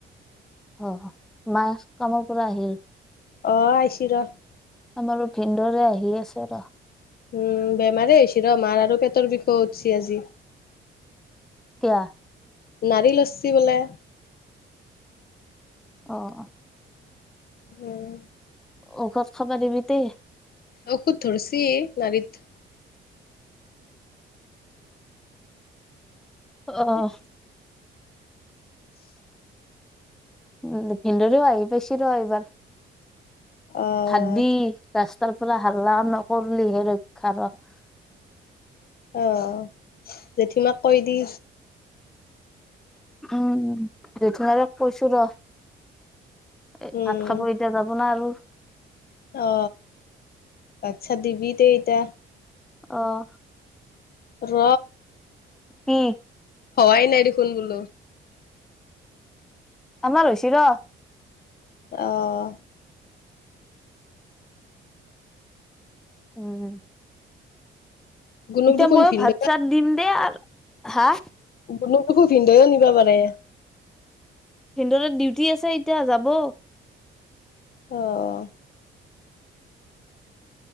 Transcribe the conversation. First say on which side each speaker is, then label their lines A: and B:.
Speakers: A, in the centre; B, on the left.
A: অহ মাছ কামৰ পৰা আহিল।
B: অ' আহছি ৰ
A: আমাৰো ভিনদেৰো আহি আছে ৰহ।
B: উম, বেমাৰেই আছ ৰ মাৰ আৰু পেটৰ বিষ উঠছি আজি।
A: কিয়া?
B: নাৰিলছি বোলে।
A: অ-অ
B: উম,
A: ঔষধ খাব দিবি তেই।
B: ঔষধ ধৰিছি নাৰীত।
A: অ' উম, ভিনদেওৰে আহি পাইছি ৰহ এইবাৰ।
B: অ',
A: ভাতদি ৰাস্তাৰ পৰা হাল্লা ন পললিহে ৰক্ষা ৰহ
B: অ' জেঠীমাক কৈ দি।
A: উম, দেথিমাৰেক কৈছো ৰহ এ
B: উম,
A: ভাত খাব এতিয়া যাবো না আৰু।
B: অ, আচ্ছা দিবি দে এতিয়া।
A: আহ।
B: ৰ
A: কি
B: হোৱাই নাই দেখোন বোলো।
A: আমাৰ হৈছি ন।
B: আহ।
A: উম।
B: গুণুক
A: এতিয়া
B: দেখোন
A: ময়ো
B: ভিনদেউ
A: ভাত চাত দিম দে আৰু। হা?
B: বুনুক দেখো ভিনদেও নিবা পাৰে।
A: ভিন্দেউৰেৰ ডিউটি আছে এতিয়া যাব।
B: অ',